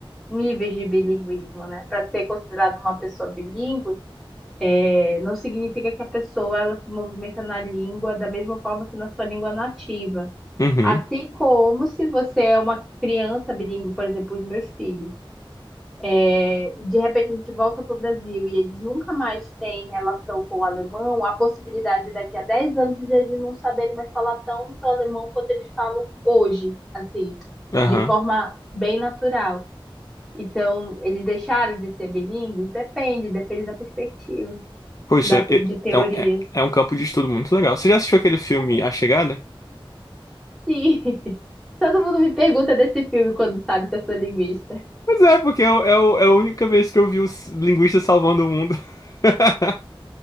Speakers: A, in the centre; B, on the left (about 40°).
A: níveis de bilinguismo, né? Para ser considerada uma pessoa bilíngue, eh, não significa que a pessoa ela se movimenta na língua da mesma forma que na sua língua nativa.
B: Uhum,
A: Assim como se você é uma criança bilíngue, por exemplo, os meus filhos. É, de repente a gente volta para o Brasil e eles nunca mais têm relação com o alemão, a possibilidade daqui a 10 anos de eles não saberem mais falar tanto alemão quanto eles falam hoje, assim,
B: aham.
A: de forma bem natural. Então, eles deixaram de ser bilíngues? Depende, depende da perspectiva,
B: Pô, isso
A: da
B: é,
A: te-
B: é,
A: de teorias.
B: é um é- é um campo de estudo muito legal. Você já assistiu aquele filme A Chegada?
A: Sim. <laughs> Todo mundo me pergunta desse filme quando sabe que eu sou linguista.
B: Pois é, porque é, o- é o- é a única vez que eu vi os linguistas salvando o mundo. <laughs>